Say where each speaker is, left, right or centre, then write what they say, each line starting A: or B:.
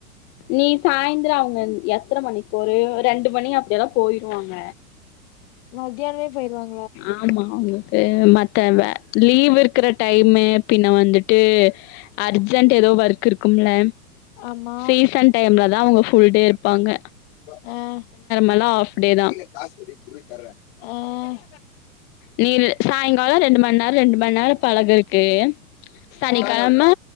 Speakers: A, on the left; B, on the left.
A: நீ சாயந்திரம் அவங்க எத்தன மணிக்கு ஒரு ரெண்டு மணி அப்டியெல்லாம் போயிருவாங்க
B: மதியானமே போயிருவாங்
A: ஆமா அவுங்க ஏ மத்தவ லீவ் இருக்ற டைமு பின்ன வந்துட்டு அர்ஜென்ட் ஏதோ ஒர்க் இருக்கும்ல
B: ஆமா
A: சீசன் டைம்ல தா அவுங்க ஃபுல் டே இருப்பாங்க
B: உம்
A: ஹலோ ஆஃப் டே தா
B: கைல காசலில்லடி குட்ரி தர்ரே உம்
A: நீ சாயங்கால ரெண்டு மணி நேர ரெண்டு மணி நேர பழகிருக்கு சனிக்கெழம
B: ஆ